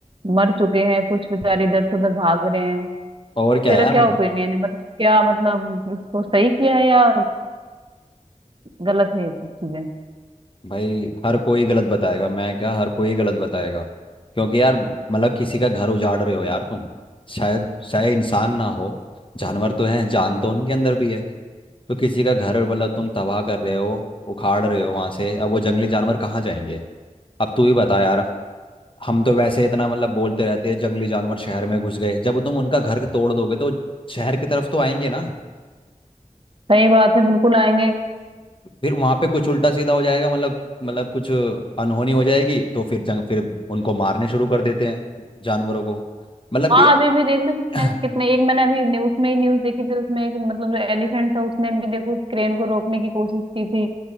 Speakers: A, on the right; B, on the left.
A: मर चुके हैं कुछ बेचारे इधर से उधर भाग रहे हैं
B: और क्या
A: तेरा
B: यार
A: क्या
B: मतलब
A: ओपिनियन है मतलब क्या मतलब इसको सही किया है या गलत है ये सब चीजें
B: भाई हर कोई गलत बताएगा मैं क्या हर कोई गलत बताएगा क्योंकि यार मतलब किसी का घर उजाड़ रहे हो यार तुम शायद चाहे इंसान ना हो जानवर तो हैं जान तो उनके अंदर भी है तो किसी का घर मतलब तुम तबाह कर रहे हो उखाड़ रहे हो वहां से अब वो जंगली जानवर कहाँ जाएंगे अब तू ही बता यार हम तो वैसे इतना मतलब बोलते रहते हैं जंगली जानवर शहर में घुस गए जब तुम उनका घर तोड़ दोगे तो शहर की तरफ तो आएंगे ना
A: सही बात है बिल्कुल आएंगे
B: फिर वहां पे कुछ उल्टा सीधा हो जाएगा मतलब मतलब कुछ अनहोनी हो जाएगी तो फिर जंग फिर उनको मारने शुरू कर देते हैं जानवरों को मतलब
A: हाँ
B: कि
A: अभी भी देखना कितने
B: <clears throat>
A: कितने एक मैंने अभी न्यूज में ही न्यूज देखी थी उसमें एक मतलब जो एलिफेंट था उसने भी देखो क्रेन को रोकने की कोशिश की थी